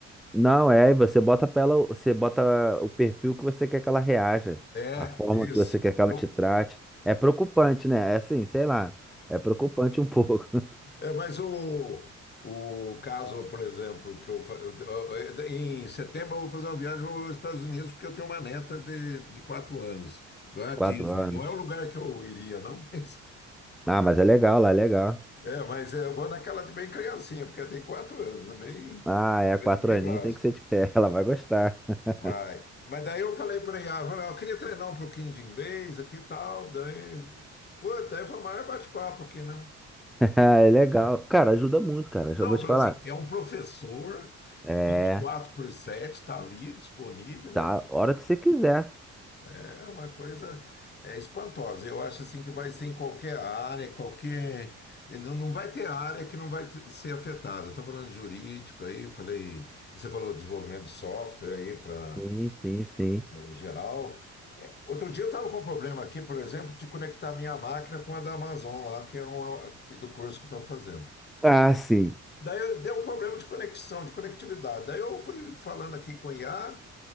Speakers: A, in the centre; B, on the left (about 35°).
A: Não, é, você bota pra ela, você bota o perfil que você quer que ela reaja,
B: É,
A: a forma
B: isso.
A: que você quer que ela
B: Não-
A: te trate. É preocupante, né? É assim, sei lá. É preocupante um pouco. <laughs>
B: é, mas o, o caso, por exemplo, que eu, fa- eu- eu- em setembro eu vou fazer uma viagem aos Estados Unidos porque eu tenho uma neta de, de quatro anos, da
A: De
B: Disney.
A: quatro anos.
B: Não é o lugar que eu iria, não, <laughs> mas
A: Ah, mas é legal, lá é legal.
B: É, mas eu vou naquela de bem criancinha, porque tem quatro anos, é bem,
A: Ah, é, quatro
B: bem
A: aninhos
B: básico.
A: tem que ser de <laughs> ela vai gostar. <laughs>
B: Vai. Mas daí eu falei para ela, eu falei, "Ó, eu queria treinar um pouquinho de inglês aqui e tal. Daí, pô, daí foi o maior bate-papo aqui, né?
A: É legal. Cara, ajuda muito, cara.
B: Não,
A: Já vou
B: eu
A: te
B: falei
A: falar.
B: assim, é um professor
A: É,
B: vinte e quatro por 7, está ali disponível, né?
A: tá, hora que você quiser.
B: É uma coisa é, espantosa. Eu acho assim que vai ser em qualquer área, qualquer. Não, não vai ter área que não vai te- ser afetada. Estou falando de jurídico aí, falei. Você falou desenvolvimento de software aí para
A: Sim, sim, sim.
B: geral. É, outro dia eu estava com um problema aqui, por exemplo, de conectar minha máquina com a da Amazon lá, que é uma, que- do curso que eu estou fazendo.
A: Ah, sim.
B: Daí eu- deu um problema de conexão, de conectividade. Daí eu fui falando aqui com o IA,